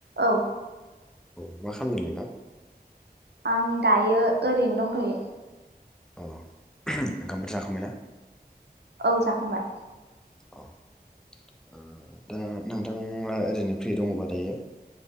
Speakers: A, on the right; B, in the centre.
A: औ
B: औ मा खामदों नोंथां?
A: आं दायो ओरैनो दंथयो
B: औ ओंखामफोर जाखांबायना?
A: औ जाखांबाय
B: अ दा नोंथां ओरैनो फ्रि दङबा दायो?